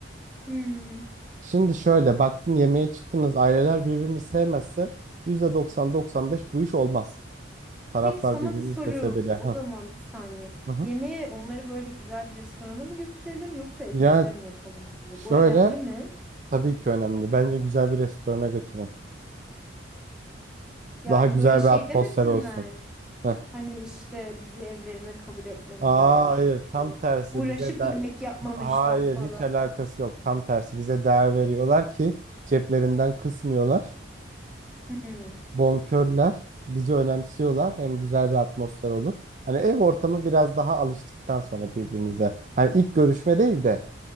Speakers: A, in the centre; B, on the right.
A: Hmm.
B: Şimdi şöyle baktın yemeğe çıktınız aileler birbirini sevmezse yüzde doksan doksan beş bu iş olmaz. Taraflar
A: Peki sana
B: birbirini
A: bir soru.
B: istese bile.
A: O
B: Hı
A: zaman bir saniye.
B: hı. hı.
A: Yemeği onları böyle güzel bir restorana mı götürelim yoksa evimizde
B: Yani
A: mi yapalım yemeği?
B: şöyle
A: Bu önemli mi?
B: tabii ki önemli. Bence güzel bir restorana götürün.
A: Yani
B: Daha güzel
A: böyle şey
B: bir atmosfer
A: demesinler.
B: olsun. Hı
A: Hani işte bizi evlerine kabul etmediler.
B: Aa, hayır
A: İşte
B: tam tersi
A: uğraşıp
B: bize de
A: yemek yapmamışlar
B: Ha- hayır
A: falan.
B: hiç alakası yok tam tersi bize değer veriyorlar ki ceplerinden kısmıyorlar
A: Hmm,
B: bonkörler bizi önemsiyorlar hem güzel bir atmosfer olur hani ev ortamı biraz daha alıştıktan sonra birbirinize hani ilk görüşme değil de